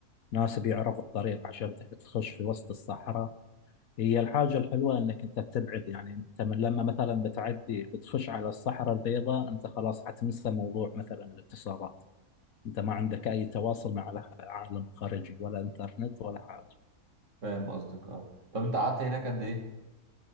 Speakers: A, on the left; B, on the right.
A: ناس بيعرفوا الطريق عشان تخش في وسط الصحراء هي الحاجة الحلوة انك انت تبعد يعني انت من لما مثلا بتعدي بتخش على الصحراء البيضاء انت خلاص حتنسى موضوع مثلا الاتصالات انت ما عندك اي تواصل مع الع- العالم الخارجي ولا انترنت ولا حاجة
B: فاهم قصدك اه طب انت قعدت هناك قد ايه